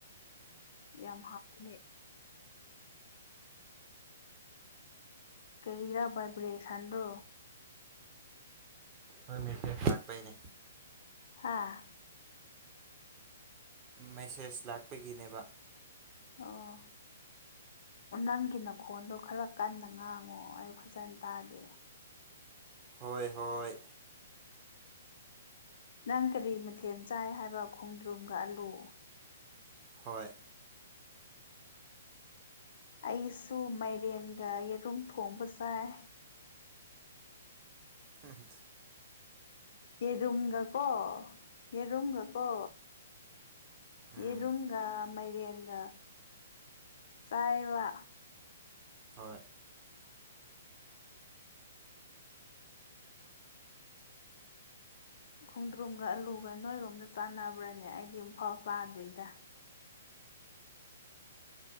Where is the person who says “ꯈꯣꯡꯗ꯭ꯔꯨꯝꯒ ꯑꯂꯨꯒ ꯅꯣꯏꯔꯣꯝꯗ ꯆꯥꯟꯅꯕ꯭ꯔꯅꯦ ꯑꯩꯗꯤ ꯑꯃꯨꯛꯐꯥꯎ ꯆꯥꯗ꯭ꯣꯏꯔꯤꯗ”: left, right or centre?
Left